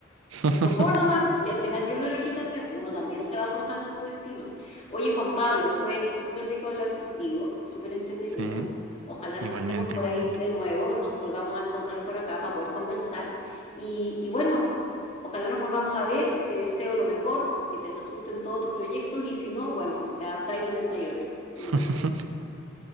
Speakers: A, on the right; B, on the left.
A: <laughs>
B: Me tocó nomás, pues si al final yo lo elegí también, pues uno también se va forjando su destino. Oye, Juan Pablo, fue súper rico hablar contigo, súper entretenido.
A: Sí,
B: Ojalá
A: igualmente,
B: nos juntemos por
A: igualmente.
B: ahí de nuevo, nos volvamos a encontrar por acá para poder conversar. Y, y bueno, ojalá nos volvamos a ver, te deseo lo mejor, que te resulten todos tus proyectos y si no, bueno, te adaptás e inventáis otro. Punto.
A: <laughs>